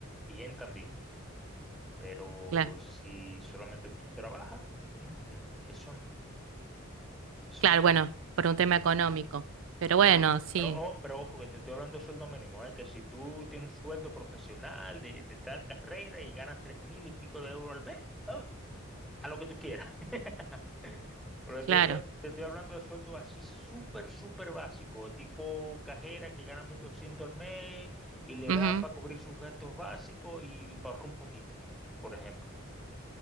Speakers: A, in the centre; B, on the right (about 65°).
A: bien también, pero
B: Claro,
A: si solamente tú trabajas, mm, mm, eso no, eso
B: claro,
A: no.
B: bueno, por un tema económico. Pero
A: Claro,
B: bueno, sí,
A: pero, o- pero ojo que te estoy hablando de sueldo mínimo, ¿eh? Que si tú tienes un sueldo profesional de, de tal carrera y ganas tres mil y pico de euros al mes, ¡ah! a lo que tú quieras. <laughs> Pero
B: claro.
A: te, estoy te estoy hablando de sueldo así súper, súper básico, tipo cajera que gana 1.200 al mes y le
B: Ujú,
A: da para cubrir sus gastos básicos y para ahorrar un poquito, por ejemplo.